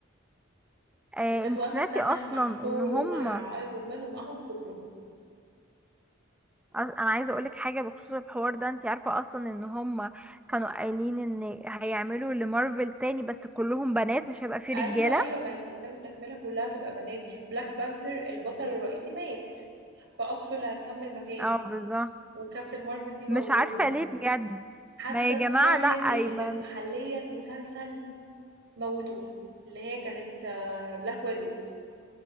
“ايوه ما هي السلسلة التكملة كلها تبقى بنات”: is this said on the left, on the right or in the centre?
Right